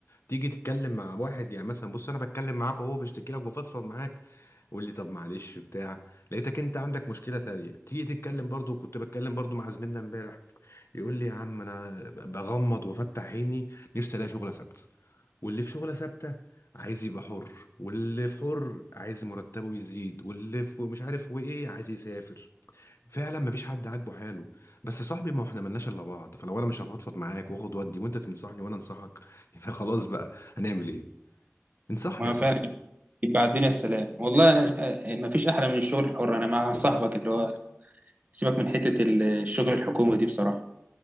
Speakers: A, on the left; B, on the right.
A: تيجي تتكلم مع واحد يعني مثلا بص انا بتكلم معاك وهو بشتكي لك بفضفض معاك قول لي طب معلش بتاع لقيتك انت عندك مشكله تانية تيجي تتكلم برضو كنت بتكلم برضو مع زميلنا امبارح يقول لي يا عم انا بغمض وافتح عيني نفسي الاقي شغله ثابته واللي في شغله ثابته عايز يبقى حر واللي في حر عايز مرتبه يزيد واللي في مش عارف وايه عايز يسافر فعلا مفيش حد عاجبه حاله بس يا صاحبي ما احنا ملناش الا بعض فلو انا مش هفضفض معاك واخد ودي وانت تنصحني وانا انصحك <laughs> يبقى خلاص بقى هنعمل ايه انصحني
B: ما
A: يا صاحبي
B: فعلا يبقى على الدنيا السلام والله أنا- ما فيش احلى من الشغل الحر انا مع صاحبك اللي هو سيبك من حته الشغل الحكومي دي بصراحه